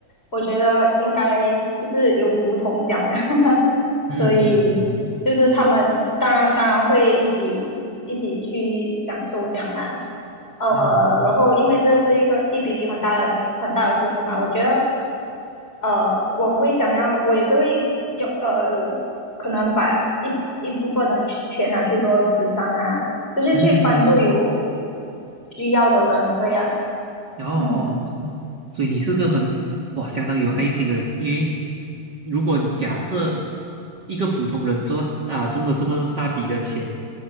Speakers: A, on the left (about 20°); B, on the right (about 40°).
A: 我觉得应该就是有福同享吧，<laughs>
B: 嗯嗯嗯，
A: 所以就是他们当然当然会一起一起去享受这样啦。
B: 我觉得，
A: 呃，
B: 嗯嗯
A: 然后因为这个是一个一笔很大的很大的数目嘛，我觉得呃，我会想要，我也是会有呃，可能把一一部分的去钱拿去做慈善啊，就是去帮助有
B: 嗯嗯，
A: 需要的人这样。
B: 嗯哦哦，
A: 嗯，
B: 是所以你是个很哇相当有爱心的人，因为如果假设一个普通人赚啊中了这么大笔的钱，